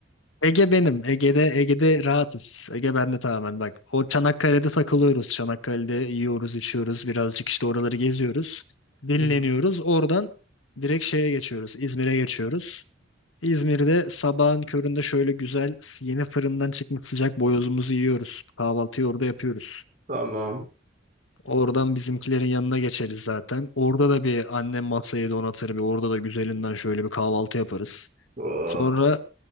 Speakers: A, on the left; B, on the right.
A: Ege benim. Ege'de Ege'de rahatız. Ege bende tamamen bak. O Çanakkale'de takılıyoruz. Çanakkale'de yiyoruz, içiyoruz. Birazcık işte oraları geziyoruz. Dinleniyoruz.
B: Hı hı.
A: Oradan direkt şeye geçiyoruz. İzmir'e geçiyoruz. İzmir'de sabahın köründe şöyle güzel yeni fırından çıkmış sıcak boyozumuzu yiyoruz. Kahvaltıyı orada yapıyoruz.
B: Tamam.
A: Oradan bizimkilerin yanına geçeriz zaten. Orada da bir annem masayı donatır bir orada da güzelinden şöyle bir kahvaltı yaparız.
B: Oo,
A: Sonra